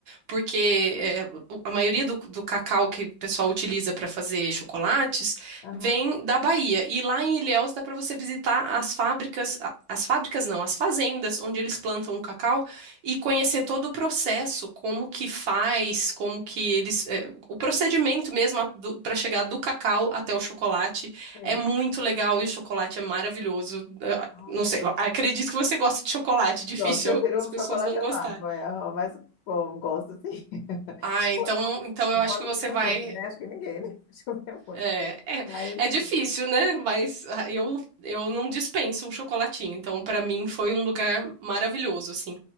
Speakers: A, on the right; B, on the left.
A: porque é, o- a maioria do, do cacau que o pessoal utiliza para fazer chocolates
B: Aham.
A: vem da Bahia. E lá em Ilhéus dá para você visitar as fábricas, a- as fábricas não, as fazendas onde eles plantam o cacau e conhecer todo o processo, como que faz, como que eles, é, o procedimento mesmo para chegar do cacau até o chocolate.
B: Sei.
A: É muito legal e o chocolate é maravilhoso.
B: Ah,
A: Não sei, acredito que você gosta de chocolate, difícil
B: Gosto, prefiro
A: as
B: um
A: pessoas
B: chocolate
A: não
B: amargo,
A: gostarem.
B: é, aham, mas como, gosto sim. <laughs>
A: Ah, então,
B: Eu Não,
A: então eu
B: não
A: acho
B: posso
A: que você
B: comer
A: vai.
B: muito, né? Acho que ninguém, né? <laughs> Pode comer muito.
A: É, é,
B: Mas
A: é difícil,
B: sim.
A: né? Mas ah, eu, eu não dispenso um chocolatinho. Então, para mim, foi um lugar maravilhoso, assim.